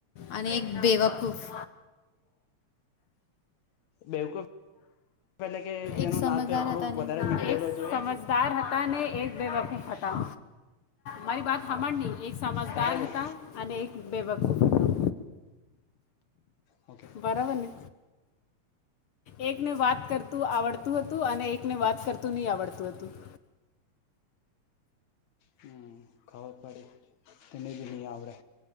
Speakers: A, on the left (about 60°); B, on the left (about 75°).
A: અને એક બેવક ખૂફ.
B: બેવકૂફ. પેલે કે, જેનું
A: એક સમજદાર
B: નાક થોડું
A: હતા
B: વધારે
A: ને એક બેવકૂફ.
B: નીકળેલો જોય,
A: એક સમજદાર
B: હું.
A: હતા ને એક બેવફૂફ હતા, મારી વાત હમણની એક સમજદાર
B: તારે જ
A: હતા, અને એક બેવકૂફ. હતો
B: ઓકે.
A: બરાબરને. એકને વાત કરતું, આવડતું હતું, અને એકને વાત કરતું નહીં, આવડતું હતું.
B: હ, ખબર પડે તેને, દિલ્ની આવડે.